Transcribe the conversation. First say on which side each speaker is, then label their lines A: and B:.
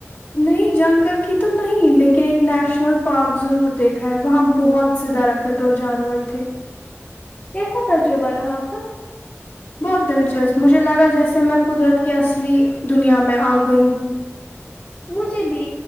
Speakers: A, on the left (about 45°); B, on the left (about 25°).
A: نہیں جنگل کی تو نہیں لیکن ایک نیشنل پارک ضرور دیکھا ہے وہاں بہت سے درخت اور جانور تھے
B: کیسا تجربہ رہا آپ کا
A: بہت دلچسپ مجھے لگا جیسے میں قدرت کی اصلی دنیا میں آ گئی ہوں
B: مجھے بھی